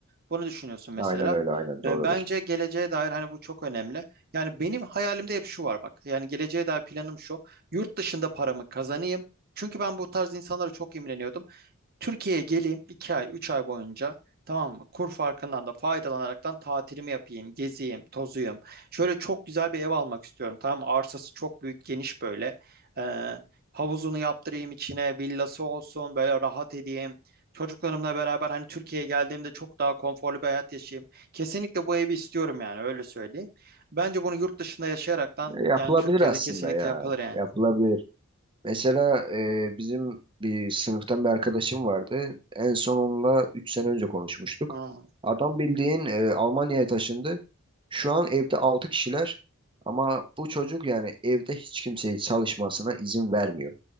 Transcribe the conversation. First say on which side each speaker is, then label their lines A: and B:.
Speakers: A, on the right; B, on the right.
A: Bunu düşünüyorsun mesela.
B: Aynen öyle, aynen doğrudur.
A: E, bence geleceğe dair hani bu çok önemli. Yani benim hayalimde hep şu var bak. Yani geleceğe dair planım şu. Yurt dışında paramı kazanayım. Çünkü ben bu tarz insanlara çok imreniyordum. Türkiye'ye geleyim 2 ay 3 ay boyunca tamam mı? Kur farkından da faydalanaraktan tatilimi yapayım, geziyim, tozuyum. Şöyle çok güzel bir ev almak istiyorum tamam mı? Arsası çok büyük, geniş böyle. Ee, havuzunu yaptırayım içine, villası olsun, böyle rahat edeyim. Çocuklarımla beraber hani Türkiye'ye geldiğimde çok daha konforlu bir hayat yaşayayım. Kesinlikle bu evi istiyorum yani öyle söyleyeyim. Bence bunu yurt dışında yaşayaraktan
B: Ya, Yapılabilir
A: yani Türkiye'de
B: aslında
A: kesinlikle
B: ya.
A: yapılır yani.
B: Yapılabilir. Mesela e, bizim bir sınıftan bir arkadaşım vardı. En son onunla 3 sene önce konuşmuştuk.
A: Hı,
B: Adam bildiğin e, Almanya'ya taşındı. Şu an evde 6 kişiler ama bu çocuk yani evde hiç kimseyi çalışmasına izin vermiyor.